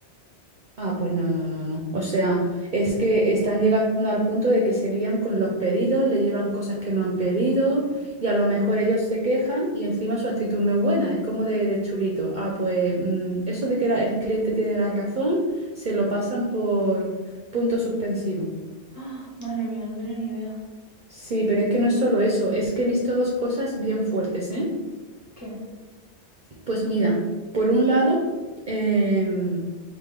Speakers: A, on the right; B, on the left.
A: Ah, pues no, no, no, no. O sea, es que están llegando al punto de que se lían con los pedidos, le llevan cosas que no han pedido y a lo mejor ellos se quejan y encima su actitud no es buena, es como de, de chulito. Ah, pues mm, eso de que la- el cliente tiene la razón, se lo pasan por punto suspensivo.
B: ¡Ah! Madre mía, no tenía ni idea.
A: Sí, pero es que no es solo eso, es que he visto dos cosas bien fuertes, ¿eh?
B: ¿Qué?
A: Pues mira, por un lado, em,